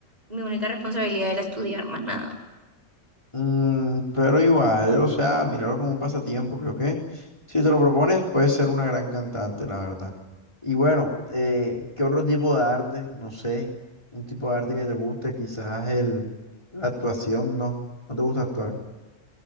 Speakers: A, on the right; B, on the left.
A: mi única responsabilidad era estudiar más nada.
B: Mm, pero igual, o sea, míralo como un pasatiempo. Creo que si te lo propones, puedes ser una gran cantante, la verdad. Y bueno, eh, ¿qué otro tipo de arte? No sé, un tipo de arte que te guste, quizás el, la actuación, no, no te gusta actuar.